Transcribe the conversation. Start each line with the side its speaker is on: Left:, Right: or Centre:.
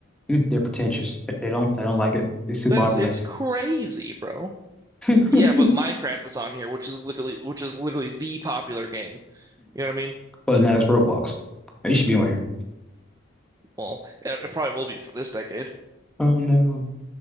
Centre: Hmm, They're pretentious. They they don't. They don't like it. It's too
Right: That's
Centre: popular.
Right: it's crazy, bro.
Centre: <laughs> hmm
Right: Yeah, but Minecraft is on here, which is literally which is literally the popular game. You know what I mean?
Centre: But now it's Roblox. It should be on here.
Right: Well, it, it probably will be for this decade.
Centre: Oh no.